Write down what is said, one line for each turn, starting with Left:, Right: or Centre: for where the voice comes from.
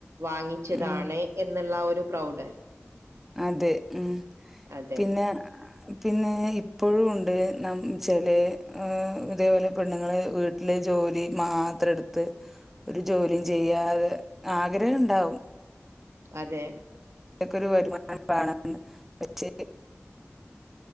Right: വാങ്ങിച്ചതാണ്
Centre: ഉം
Right: എന്നുള്ള ഒരു- പ്രൗഡ്
Centre: അതെ ഉം
Right: അതെ
Centre: പിന്നെ പിന്നെ ഇപ്പോഴും ഉണ്ട് നം ചില ഇതേപോലെ പെണ്ണുങ്ങളെ വീട്ടില് ജോലി മാത്രം എടുത്ത് ഒരു ജോലിയും ചെയ്യാതെ ആഗ്രഹം ഉണ്ടാവും
Right: അതെ
Centre: ഇതൊക്ക ഒരു വരുമാനം കാണാണ് <unintelligible> പക്ഷേ